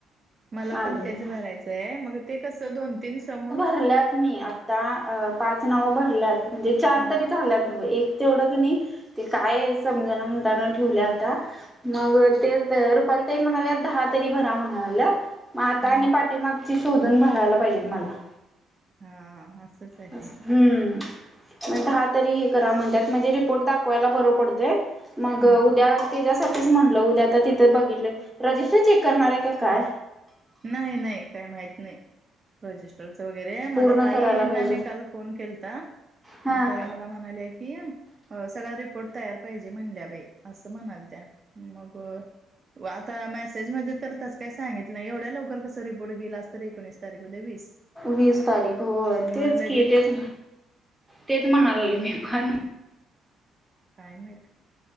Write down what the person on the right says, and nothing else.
मला
पण तेच भरायचंय मग ते कसं दोन तीन समोर
हम्म
हम्म
हा असंच आहे
ते.
हा
नाही नाही काही माहत नाही रजिस्टर च वगैरे
मला ताईना
मी काल फोन केलता
मग ताई मला म्हणा णाले की अ सगळ्या रिपोर्ट तयार पाहिजे म्हणल्या बाई असं म्हणालत्या मग आता मेसेजमध्ये तर तस काही सांगितल नाही एवढ्यात लवकर कस रिपोर्ट गेला आज तर एकोणीस तारीख उद्या वीस
मग
लगेच
काय माहीत